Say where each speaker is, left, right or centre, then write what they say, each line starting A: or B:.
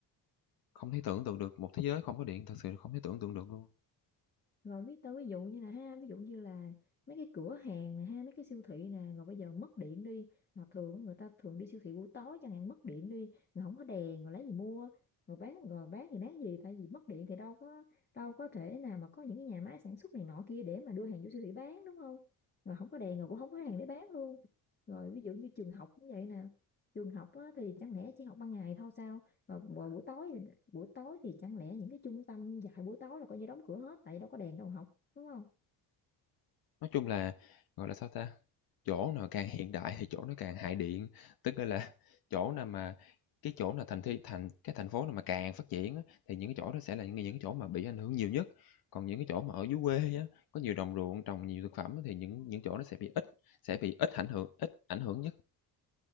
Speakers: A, on the left (about 60°); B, on the left (about 25°).
A: Không thể tưởng tượng được một thế giới không có điện, thực sự không thể tưởng tượng được luôn.
B: rồi ví tao ví dụ như là ha ví dụ như là mấy cái cửa hàng nè ha mấy cái siêu thị nè rồi bây giờ mất điện đi mà thường người ta thường đi siêu thị buổi tối chẳng hạn mất điện đi rồi không có đèn rồi lấy gì mua rồi bán rồi bán gì bán gì tại vì mất điện thì đâu có đâu có thể nào mà có những cái nhà máy sản xuất này nọ kia để mà đưa hàng vô siêu thị bán đúng không rồi không có đèn rồi cũng không có hàng để bán luôn rồi ví dụ như trường học cũng vậy nè trường học á, thì chẳng lẽ chỉ học ban ngày thôi sao và buổi tối buổi tối thì chẳng lẽ những cái trung tâm dạy buổi tối là coi như đóng cửa hết tại vì đâu có đèn đâu học đúng không
A: Nói chung là, gọi là, sao ta, chỗ nào càng hiện đại thì chỗ nó càng hại điện, tức là chỗ nào mà cái chỗ nào thành thị thành cái thành phố nào mà càng phát triển á, thì những cái chỗ đó sẽ là những những cái chỗ mà bị ảnh hưởng nhiều nhất. Còn những cái chỗ mà ở dưới quê á, có nhiều đồng ruộng trồng nhiều thực phẩm á, thì những những chỗ nó sẽ bị ít sẽ bị ít ảnh hưởng ít ảnh hưởng nhất.